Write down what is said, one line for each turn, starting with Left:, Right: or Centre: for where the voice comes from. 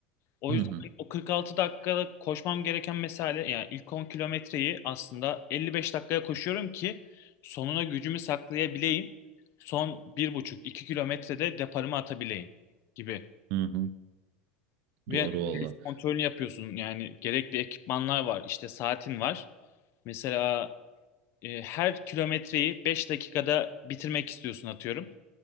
Left: O
Right: hı
Left: yüzden
Right: hı,
Left: o 46 dakikada koşmam gereken mesafe yani ilk 10 kilometreyi aslında 55 dakikaya koşuyorum ki sonuna gücümü saklayabileyim. Son bir buçuk iki kilometrede deparımı atabileyim gibi.
Right: hı hı.
Left: Ve
Right: Doğru
Left: yani
Right: valla.
Left: kontrolünü yapıyorsun yani gerekli ekipmanlar var işte saatin var. Mesela e, her kilometreyi 5 dakikada bitirmek istiyorsun atıyorum.